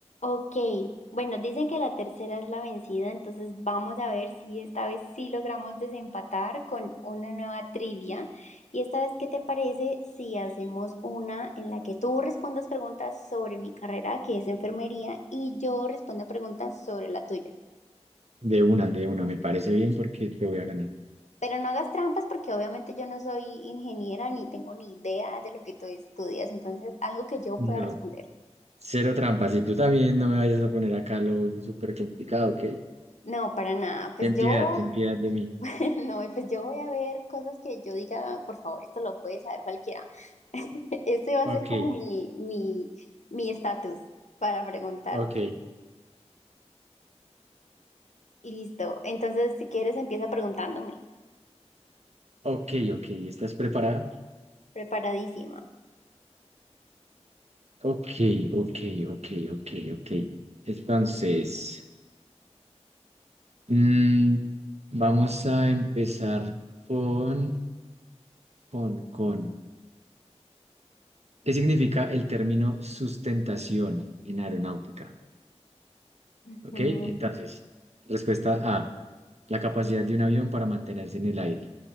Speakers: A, on the left (about 85°); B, on the right (about 65°).
A: Ok, bueno, dicen que la tercera es la vencida, entonces vamos a ver si esta vez sí logramos desempatar con una nueva trivia. Y esta vez, ¿qué te parece si hacemos una en la que tú respondas preguntas sobre mi carrera, que es enfermería, y yo responda preguntas sobre la tuya?
B: De una, de una, me parece bien porque te voy a ganar.
A: Pero no hagas trampas porque obviamente yo no soy ingeniera ni tengo ni idea de lo que tú estudias, entonces algo que yo
B: No,
A: pueda responder.
B: cero trampas. Y tú también no me vayas a poner acá lo súper complicado, ¿ok?
A: No, para nada, pues
B: Ten
A: yo
B: piedad, ten piedad de mí.
A: <laughs> No, pues yo voy a ver cosas que yo diga, por favor, esto lo puede saber cualquiera. <laughs> Este va a
B: Ok,
A: ser como Ok. mi, mi, mi estatus para preguntarte.
B: ok,
A: Y listo. Entonces, si quieres, empieza preguntándome.
B: ok, ok. ¿Estás preparada?
A: Preparadísima.
B: Ok, ok, ok, ok, ok. Entonces, mm, vamos a empezar con, con, con. ¿Qué significa el término sustentación en aeronáutica?
A: Mm,
B: Ok, entonces, respuesta A. La capacidad de un avión para mantenerse en el aire.